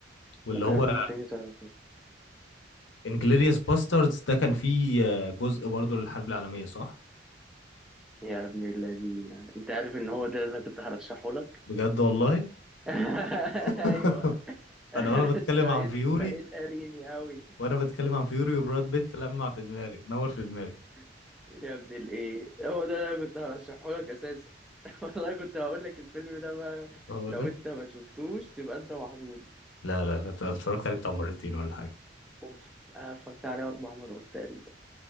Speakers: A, on the left (about 75°); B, in the centre.
A: واللي
B: ممكن
A: هو
B: اشوفه تاني طب
A: انجلوريوس باستردز ده كان فيه آه، جزء برضه للحرب العالمية صح؟
B: يا ابن الذين انت عارف ان هو ده اللي أنا كنت هرشحه لك
A: بجد والله
B: <laughs>
A: <laughs>
B: ايوه <laughs>
A: انا وانا بتكلم
B: انت بقيت
A: عن فيوري
B: بقيت قاريني قوي
A: وانا بتكلم عن فيوري وبراد بيت لمع في دماغي نور في دماغي
B: <laughs> يا ابن الايه هو ده اللي أنا كنت هرشحه لك اساسا <laughs> والله كنت هقول لك الفيلم ده بقى
A: هو
B: لو
A: ده
B: انت ما شفتوش تبقى انت محظوظ
A: لا لا لا اتفرجت عليه بتاع مرتين ولا حاجة
B: اوف أنا اتفرجت عليه اربع مرات تقريبا